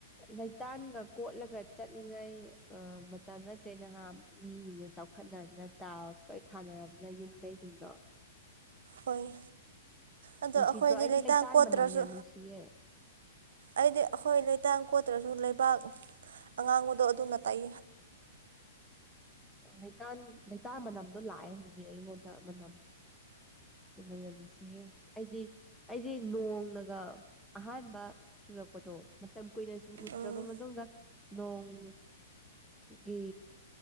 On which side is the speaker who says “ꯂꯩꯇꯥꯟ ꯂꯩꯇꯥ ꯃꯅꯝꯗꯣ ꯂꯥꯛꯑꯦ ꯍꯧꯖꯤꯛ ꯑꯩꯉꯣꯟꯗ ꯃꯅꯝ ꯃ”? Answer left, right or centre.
Centre